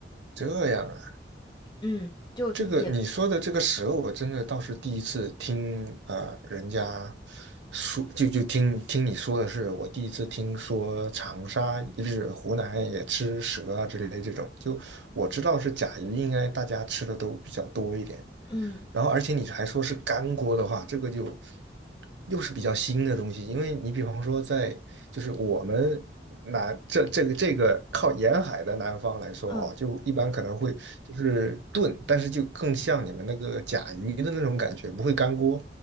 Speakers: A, on the right; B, on the left.
A: 这样啊，
B: 嗯，就也，
A: 这个你说的这个蛇，我真的倒是第一次听啊、呃人家说就就听听你说的是，我第一次听说长沙就是湖南也吃蛇啊之类的这种，就我知道是甲鱼，应该大家吃的都比较多一点，
B: 嗯
A: 然后而且你还说是干锅的话，这个就又是比较新的东西，因为你比方说在就是我们南这这个这个靠沿海的南方来说啊，
B: 嗯
A: 就一般可能会就是炖，但是就更像你们那个甲鱼的那种感觉，不会干锅，